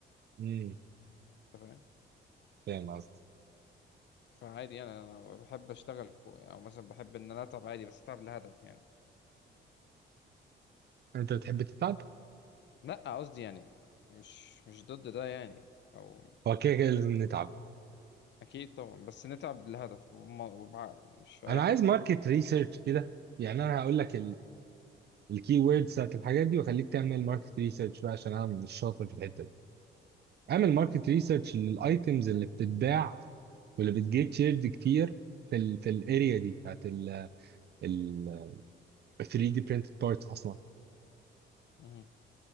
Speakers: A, on the right; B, on the left.
A: امم
B: انت فاهم
A: فاهم قصدي
B: فعادي يعني انا بحب اشتغل كو يعني او مثلا بحب ان انا اتعب عادي بس اتعب لهدف يعني
A: انت بتحب تتعب
B: لا قصدي يعني مش مش ضد ده يعني او
A: هو كده كده لازم نتعب
B: اكيد طبعا بس نتعب لهدف وم- وبعقل مش في اي
A: انا عايز
B: حاجة
A: ماركت ريسيرش كده يعني انا هقول لك الكي ووردز بتاعت الحاجات دي واخليك تعمل ماركت ريسيرش بقى عشان انا مش شاطر في الحته دي. اعمل ماركت
B: مم.
A: ريسيرش للايتمز اللي بتتباع واللي بتجيت شيرد كتير في ال في الاريا دي بتاعت ال ال 3 دي printed parts اصلا
B: مم.